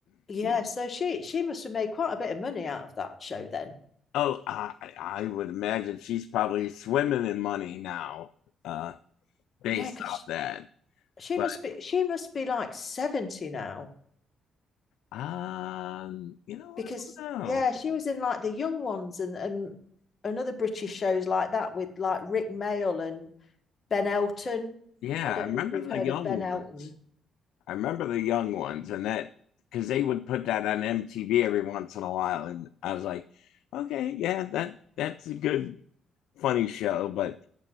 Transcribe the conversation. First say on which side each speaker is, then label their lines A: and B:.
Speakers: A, on the left; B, on the left.
A: Yeah, so she she must have made quite a bit of money out of that show then.
B: Oh, I, I would imagine she's probably swimming in money now, uh, based
A: Yeah, because
B: off that.
A: she
B: But
A: must be she must be like 70 now
B: um, you know,
A: because
B: I don't know.
A: yeah she was in like the young ones and and another british shows like that with like rick mail and ben elton
B: Yeah,
A: i don't
B: I remember
A: know if you've
B: the
A: heard
B: young
A: of ben
B: ones.
A: elton
B: I remember the young ones, and that because they would put that on MTV every once in a while, and I was like, okay, yeah, that that's a good funny show. But